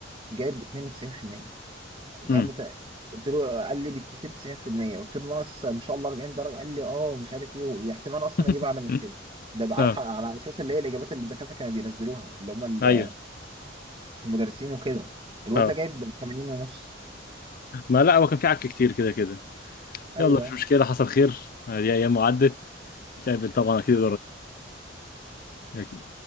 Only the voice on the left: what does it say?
امم
<laughs>
اه
ايوه
اه
ما لا هو كان في عك كتير كده كده
يلا مش مشكلة حصل خير آه، دي ايام وعدت نتقابل طبعا اكيد قريب